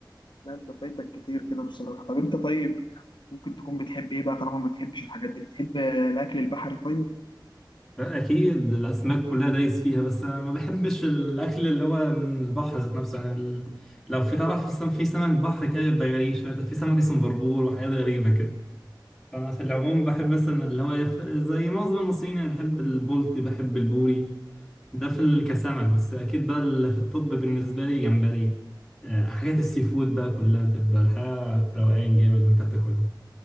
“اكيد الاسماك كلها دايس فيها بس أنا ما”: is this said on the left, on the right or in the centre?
Centre